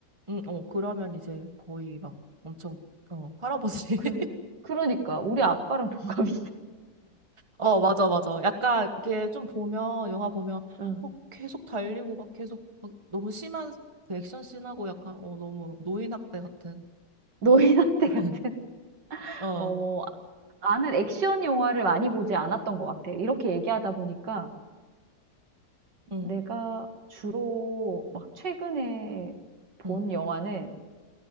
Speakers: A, on the right; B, on the right.
A: 응, 어, 그러면 이제 거의 막 엄청, 어, 할아버지.
B: 그,
A: <laughs>
B: 그러니까, 우리 아빠랑 동갑이.
A: 어, 맞아, 맞아. 약간 이게 좀 보면, 영화 보면,
B: 응.
A: 어, 계속 달리고 막 계속 막 너무 심한 그 액션 씬하고 약간, 어, 너무 노인학대 같은.
B: 너희 나이
A: <laughs>
B: 같은. <laughs>
A: 어,
B: 어머, 나는 액션 영화를 많이 보지 않았던 것 같아. 이렇게 얘기하다 보니까
A: 응,
B: 내가 주로 막 최근에 본
A: 응,
B: 영화는,